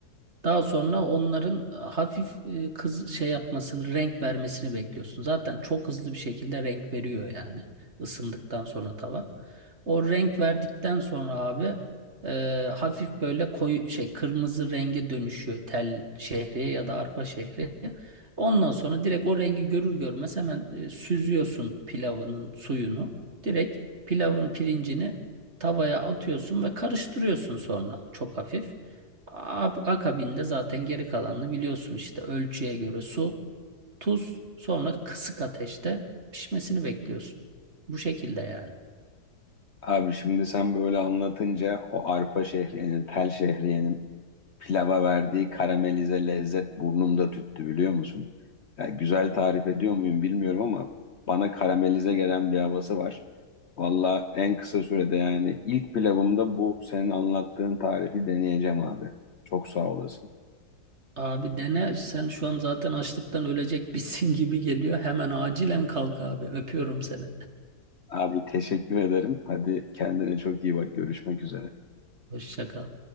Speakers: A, on the right; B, on the left.
A: Daha sonra onların e, hafif e, kız şey yapmasını, renk vermesini bekliyorsun. Zaten çok hızlı bir şekilde renk veriyor yani ısındıktan sonra tava. O renk verdikten sonra abi e, hafif böyle koyu şey kırmızı renge dönüşüyor tel şehriye ya da arpa şehriye. Ondan sonra direkt o rengi görür görmez hemen e, süzüyorsun pilavının suyunu. Direkt pilavın pirincini tavaya atıyorsun ve karıştırıyorsun sonra çok hafif. A- Akabinde zaten geri kalanını biliyorsun işte ölçüye göre su, tuz, sonra kısık ateşte pişmesini bekliyorsun. Bu şekilde yani.
B: Abi şimdi sen böyle anlatınca o arpa şehriyenin, tel şehriyenin Pilava verdiği karamelize lezzet burnumda tüttü biliyor musun? Ya güzel tarif ediyor muyum bilmiyorum ama bana karamelize gelen bir havası var. Valla en kısa sürede yani ilk pilavımda bu senin anlattığın tarifi deneyeceğim abi. Çok sağ olasın.
A: Abi dene sen şu an zaten açlıktan ölecek <laughs> bitsin gibi geliyor. Hemen acilen kalk abi. Öpüyorum seni.
B: Abi teşekkür ederim. Hadi kendine çok iyi bak. Görüşmek üzere.
A: Hoşça kal.